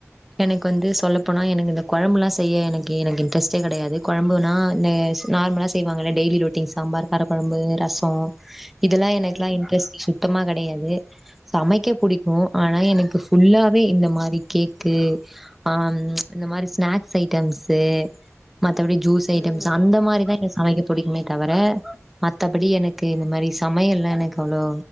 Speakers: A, in the centre; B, on the left.
A: எனக்கு வந்து சொல்லப்போனா எனக்கு இந்த கொழம்புல்லா செய்ய எனக்கு எனக்கு இன்ட்ரெஸ்ட்டே கெடையாது கொழம்புனா நே நார்மலா செய்வாங்கள டெய்லி ரொட்டின் சாம்பார் கார குழம்பு ரசோ இதெல்லா
B: ம்
A: எனக்குலா இன்ட்ரெஸ்ட் சுத் த்தமா கெடையாது சமைக்க புடிக்கும் ஆனா எனக்கு ஃபுல்லாவே இந்த மாரி கேக் க்கு ஆ இந்த மாரி ஸ்நாக்ஸ் ஐடம்ஸ்சு மத்தபடி ஜூஸ்
B: ம்
A: ஐட்டம்ஸ்
B: ம்
A: அந்த மாரிதான் எனக்கு சமைக்க புடிக்குமே தவிர மத்தபடி எனக்கு இந்த மாரி சமையல்லா எனக்கு அவ்ளோ